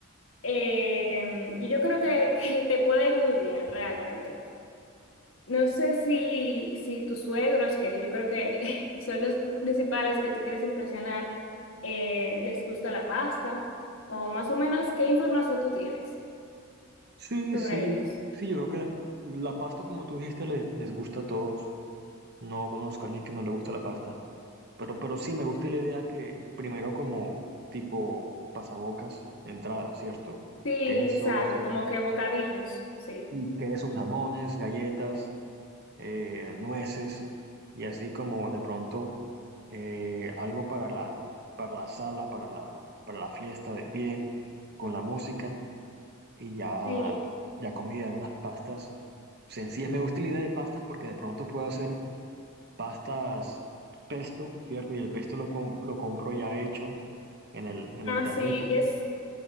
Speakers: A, on the left; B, on the right.
A: Eh, y yo creo que, <laughs> que te puede ir muy bien realmente. No sé si, si tus suegros, que yo creo que <laughs> son los principales que tú quieres impresionar, eh, les gusta la pasta, o más o menos qué información tú tienes
B: Sí,
A: sobre
B: sí,
A: ellos.
B: sí, yo creo que la pasta, como tú dijiste, les, les gusta a todos. No conozco a alguien que no le gusta la pasta. Pero, pero sí, me gusta la idea que primero como tipo pasabocas, entrada, ¿cierto?
A: Sí,
B: Quesos,
A: exacto, como que bocadillos, sí.
B: sí, quesos, jamones, galletas, eh, nueces, y así como de pronto eh, algo para la, para la sala, para la, para la fiesta de pie, con la música, y ya,
A: Sí,
B: ya comida, unas pastas sencillas. Me gusta la idea de pastas porque de pronto puedo hacer pastas pesto, ¿cierto? Y el pesto lo, com- lo compro ya hecho en el, en
A: ah,
B: el tarrito.
A: sí, y es